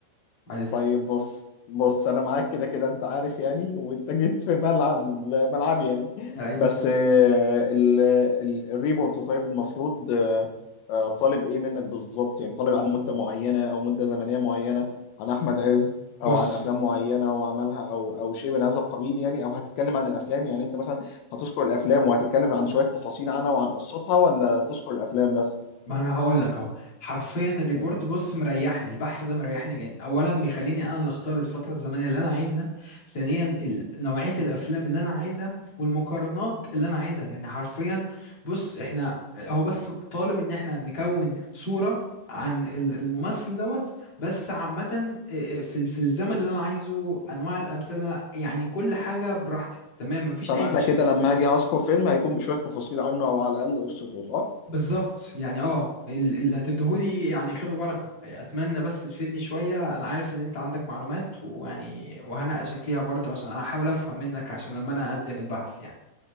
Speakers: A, on the left; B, on the left.
A: عايز
B: طيب بص بص انا معاك كده كده انت عارف يعني وانت جيت في ملعب ملعبي يعني
A: ايوه
B: بس آه، ال- ال- الريبورت طيب المفروض آه، آه، طالب ايه منك بالظبط يعني طالب عن مدة معينة او مدة زمنية معينة عن احمد عز
A: بص
B: او عن افلام معينة هو عملها او او شيء من هذا القبيل يعني او هتتكلم عن الافلام يعني انت مثلا هتذكر الافلام وهتتكلم عن شوية تفاصيل عنها وعن قصتها ولا تذكر الافلام بس
A: ما انا هقول لك اهو حرفيا الريبورت
B: م.
A: بص مريحني البحث ده مريحني جدا اولا بيخليني انا اللي اختار الفتره الزمنيه اللي انا عايزها ثانيا ال- نوعيه الافلام اللي انا عايزها والمقارنات
B: تمام
A: اللي انا عايزها يعني حرفيا بص احنا هو بس طالب ان احنا نكون صوره عن ال- الممثل دوت بس عامه إيه، في ال- في الزمن اللي انا عايزه انواع الامثله يعني كل حاجه براحتي تمام مفيش
B: فمعنى
A: اي مشكله
B: كده لما اجي اذكر فيلم هيكون بشويه تفاصيل عنه او على الاقل قصته صح؟
A: بالظبط يعني اه ال- اللي هتديهولي يعني خير وبركة اتمنى بس تفيدني شوية انا عارف ان انت عندك معلومات ويعني وهناقشك فيها برضو عشان احاول افهم منك عشان لما انا اقدم البحث يعني